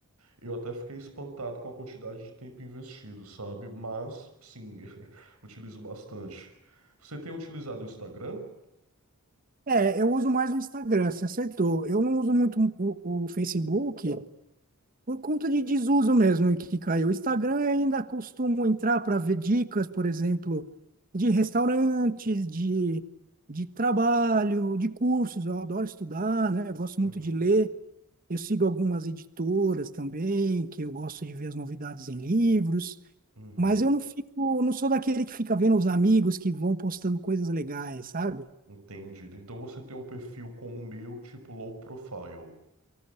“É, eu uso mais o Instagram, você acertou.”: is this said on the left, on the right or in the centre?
Right